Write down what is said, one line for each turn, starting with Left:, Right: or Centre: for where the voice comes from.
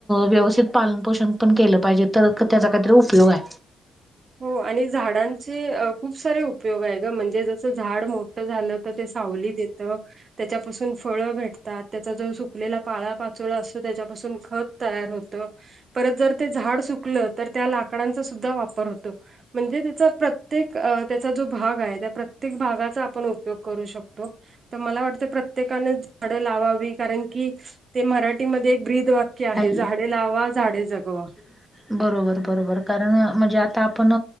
Centre: व्यवस्थित पालनपोषण पण केलं पाहिजे, तर तेजा काहीतरी उपयोग हाय.
Right: हो आणि झाडांचे खूप सारे उपयोग हाय ग, म्हणजे जसं झाड मो ट झालं तर ते सावलीत देतं त्याच्यापासून फळ भेटतात, त्याचा जो सुकलेला पाळा पाचोळा असतो त्याच्यापासून खत तयार होत, परत जर ते झाड सुकलं तर त्या लाकडांचा सुद्धा वापर होतो. म्हणजे त्याचा प्रत्येक अ त्याचा जो भाग हाय, त्या प्रत्येक भागाचा आपण उपयोग करू शकतो. त मला वाटतं प्रत्येकानं झाडं लावावी, कारण की ते मराठी मध्ये एक ब्रीद वा क्य आहे
Centre: हॅल
Right: झाडे लावा झाडे जगवा
Centre: <inaudible> बरोबर बरोबर. कारण म्हणजे आता आपण